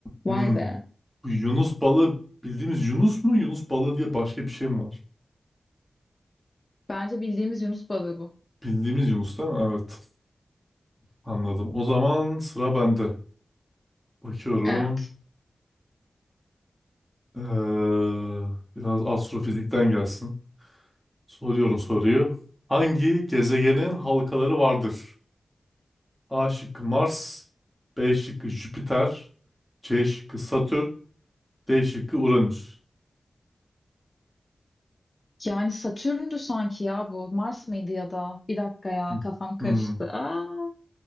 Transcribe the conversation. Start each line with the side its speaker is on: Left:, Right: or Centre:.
Centre: Hmm.
Left: Vay be.
Centre: Bu Yunus balığı bildiğimiz Yunus mu? Yunus balığı diye başka bir şey mi var?
Left: Bence bildiğimiz Yunus balığı bu.
Centre: Bildiğimiz Yunus değil mi? Evet. Anladım. O zaman sıra bende. Bakıyorum.
Left: Evet.
Centre: Ee, biraz astrofizikten gelsin. Soruyorum soruyu. Hangi gezegenin halkaları vardır? A şıkkı Mars, B şıkkı Jüpiter, C şıkkı Satürn, D şıkkı Uranüs.
Left: Yani Satürn'dü sanki ya bu. Mars mıydı ya da? Bir dakika ya
Centre: Hmm.
Left: kafam karıştı.
Centre: Hmm.
Left: Aa,